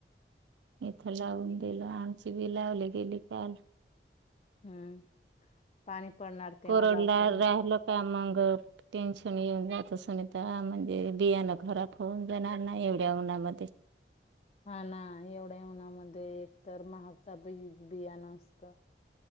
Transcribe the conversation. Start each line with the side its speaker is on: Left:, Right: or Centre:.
Right: इथं लावून दिलं, आमचं बी लावली गेली काल.
Left: हम्म पाणी. पडणार तेव्हा
Right: कोरडला
Left: लावता येईल
Right: राहिल का मग टेन्शन येन. जायच सुनीता म्हणजे बियाना घरात होऊन जाणार नाही एवढ्या उन्हामध्ये.
Left: हा ना एवढ्या उन्हामध्ये एक तर महागचा बी बियान असतं.